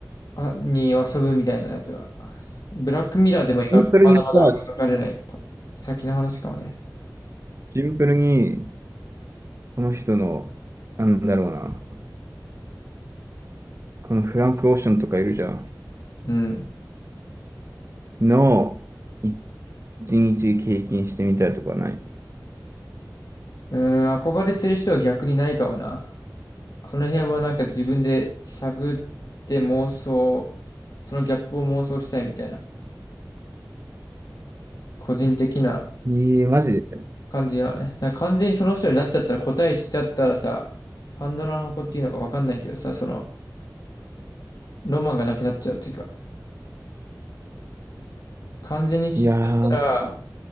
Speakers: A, on the left; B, on the right.
A: あ、に遊ぶみたいなやつは。ブラックミラーでも描くまだまだ描かれないパ先の話かもね。
B: シンプルにさ、シンプルにこの人の、なんだろうな、このフランク・オーシャンとかいるじゃん。
A: うん。
B: の一日経験してみたいとかない。
A: うーん、憧れてる人は逆にないかもな。その辺はなんか自分で探って妄想、そのギャップを妄想したいみたいな、個人的な
B: ええーマジで。
A: 感じだよね。なんか完全にその人になっちゃったら答えしちゃったらさ、パンドラの箱っていうのかわかんないけどさ、その、ロマンがなくなっちゃうっていうか、完全に知っちゃったら、
B: いやー、